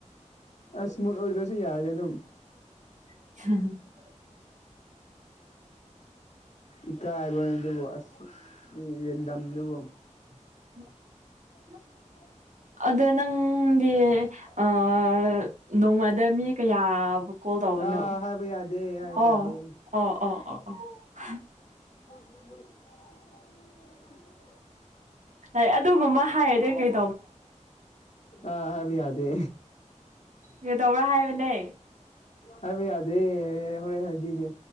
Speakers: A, on the left; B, on the right.
A: ꯑꯁ <unintelligible> ꯌꯥꯏꯗ ꯑꯗꯨꯝ
B: <unintelligible>
A: ꯏꯀꯥꯏꯕꯥꯅꯦ ꯑꯗꯨꯕꯣ ꯑꯁ ꯔꯦꯟꯗꯝꯗꯨꯕꯨ
B: <inaudible>
A: <inaudible>
B: ꯑꯗꯣ ꯅꯪꯗꯤ ꯑꯥ ꯅꯣꯡꯃꯗ ꯃꯤ ꯀꯌꯥꯕꯨ ꯀꯣꯜ ꯇꯧꯕꯅꯣ
A: ꯑꯥ ꯍꯥꯏꯕ ꯌꯥꯗꯦ ꯍꯥꯏꯕ
B: ꯑꯣ
A: ꯌꯥꯗꯦ
B: ꯑꯣꯥ ꯑꯣꯥ ꯑꯣꯥ ꯑꯣꯥ ꯍ
A: <inaudible>
B: ꯍꯣꯏ ꯑꯗꯨꯒꯨꯝꯕ ꯍꯥꯏꯔꯗꯤ ꯀꯩ
A: ꯑꯥ ꯍꯥꯏꯕ ꯌꯥꯗꯦ
B: ꯀ꯭ꯔꯤꯇꯧꯕꯔꯥ ꯍꯥꯏꯕꯅꯦ
A: ꯍꯥꯏꯕ ꯌꯥꯗꯦ ꯍꯣꯔꯦꯟ ꯍꯥꯏꯕꯤꯒꯦ